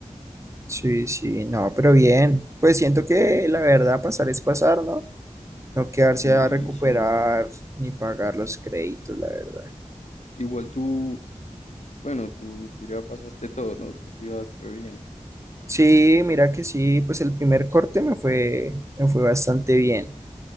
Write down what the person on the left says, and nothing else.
Y
sí,
igual tú, bueno, tú, tú ya pasaste <laughs> todo, ¿no? Tú sí vas re bien.